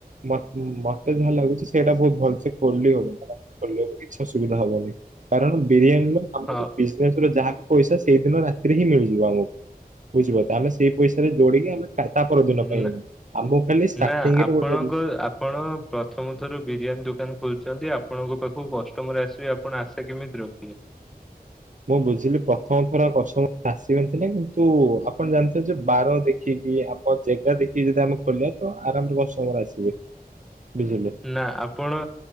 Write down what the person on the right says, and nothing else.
ମତେ ଯାହା ଲାଗୁଚି ସେଇଟା ବହୁତ ଭଲସେ ଖୋଲି ହବ। କିଛି ଅସୁବିଧା ହବନି କାରଣ ବିରିୟାନୀର ଆମ
ବିଜନେସ ର ଯାହା ପଇସା ସେଇଦିନ ରାତିରେ ହିଁ ମିଳିଯିବ ଆମକୁ ବୁଝିପାରିଲେ ଆମେ ସେଇ ପଇସାରେ ଯୋଡିକି ଆମେ ଟାଟା ପରଦିନ
ପାଇଁ ଆମକୁ ଖାଲି ଷ୍ଟାର୍ଟିଂରେ
ଗୋଟେ
ମୁଁ ବୁଝିଲି ପ୍ରଥମ ଥର କଷ୍ଟମର ଆସିବେନି ସିନା କିନ୍ତୁ ଆପଣ ଜାଣି ଯେ ବାର ଦେଖିକି ଜେଗା ଦେଖିକି ଯଦି ଆମେ ଖୋଲିବା ତ ଆରାମରେ କଷ୍ଟମର ଆସିବେ। ବୁଝିଲେ